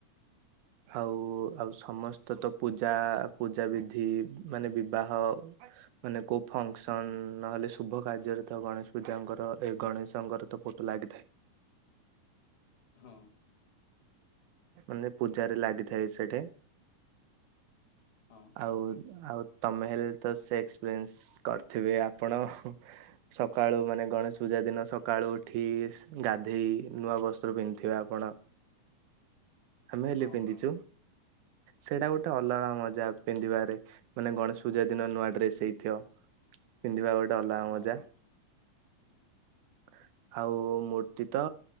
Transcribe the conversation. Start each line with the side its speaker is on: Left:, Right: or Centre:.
Right: ଆଉ ଆଉ ସମସ୍ତ ତ ପୂଜା, ପୂଜାବିଧି ମାନେ ବିବାହ ମାନେ କୋଉ ଫଙ୍କ୍ସ ନ ହେଲେ ଶୁଭ କାର୍ଯ୍ୟରେ ତ ଗଣେଶ ପୂଜାଙ୍କର ଏ ଗଣେଶଙ୍କର ତ ଫୋଟୋ ଲାଗିଥାଏ।
Left: ହଁ।
Right: ମାନେ ପୂଜାରେ ଲାଗିଥାଏ ସେଠି।
Left: ହଁ।
Right: ଆଉ ଆଉ ତମେ ହେଲେ ତ ସେ ଏକ୍ସପେର୍ନ୍ସ କରିଥିବେ ଆପଣ। ସକାଳୁ ମାନେ ଗଣେଶ ପୂଜା ଦିନ ସକାଳୁ ଉଠି ଗାଧେଇ ନୂଆ ବସ୍ତ୍ର ପିନ୍ଧିିଥିବେ ଆପଣ ଆମେ ହେଲେ
Left: ହଁ
Right: ପିନ୍ଧିଚୁ।
Left: ହଁ
Right: ସେଇଟା ଗୋଟେ ଅଲଗା ମଜା ପିନ୍ଧିବାରେ ମାନେ ଗଣେଶ ପୂଜା ଦିନ ନୂଆ ଡ୍ରେସ ହେଇଥିବ। ପିନ୍ଧିବା ଗୋଟେ ଅଲଗା
Left: ହଁ
Right: ମଜା। <inaudible> ଆଉ ମୂର୍ତ୍ତି ତ